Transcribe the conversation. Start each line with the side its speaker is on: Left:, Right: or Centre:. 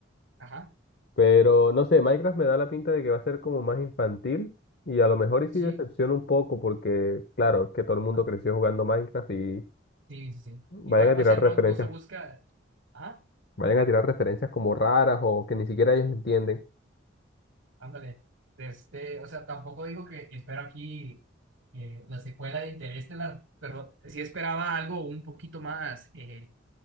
Right: ajá,
Left: Pero no sé, Minecraft me da la pinta de que va a ser como más infantil y a lo mejor y sí
Right: sí,
Left: decepciona un poco porque, claro, es que todo el mundo
Right: ajá,
Left: creció jugando Minecraft y
Right: sí, sí, sí.
Left: vayan
Right: Igual,
Left: a tirar
Right: o sea, no,
Left: referencias,
Right: no se busca. Ajá.
Left: vayan a tirar referencias como raras o que ni siquiera ellos entienden.
Right: Ándale, este, o sea, tampoco digo que espero aquí eh, la secuela de Interestelar, pero sí esperaba algo un poquito más eh,